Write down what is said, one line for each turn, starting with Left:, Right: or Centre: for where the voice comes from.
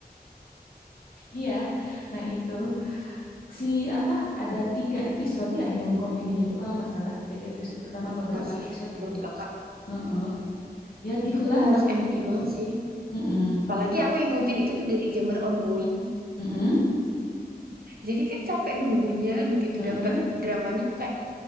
Left: Iya. Nah itu si apa? Ada tiga episode ya yang komedinya tuh kalau nggak salah tiga episode pertama apa
Right: enggak
Left: berapa
Right: sih
Left: episode
Right: menurut
Left: gitu.
Right: kakak.
Left: Heeh. Ya gitulah.
Right: Aku mau nguras energi banget sih.
Left: Mm-mm.
Right: Apalagi aku yang ngikutin itu tuh dari zaman ongoing.
Left: Mm-mm.
Right: Jadi kan capek nunggunya, begitu
Left: Heeh.
Right: dapet dramanya aku kayak